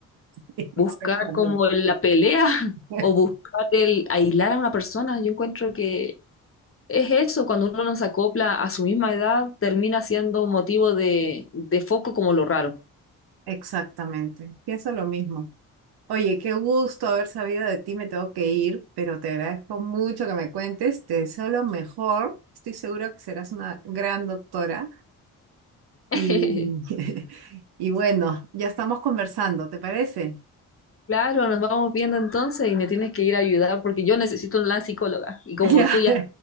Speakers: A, on the right; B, on the left.
A: <laughs>
B: Buscar
A: Exactamente.
B: como la pelea <laughs>
A: <laughs>
B: o buscar el aislar a una persona. Yo encuentro que es eso, cuando uno no se acopla a su misma edad, termina siendo motivo de, de foco como lo raro.
A: Exactamente. Pienso lo mismo. Oye, qué gusto haber sabido de ti, me tengo que ir, pero te agradezco mucho que me cuentes, te deseo lo mejor, estoy segura que serás una gran doctora.
B: <laughs>
A: Y, <laughs> y bueno, ya estamos conversando, ¿te parece? <laughs>
B: Claro, nos vamos viendo entonces y me tienes que ir a ayudar porque yo necesito una psicóloga y como
A: Ya.
B: tú ya
A: <laughs>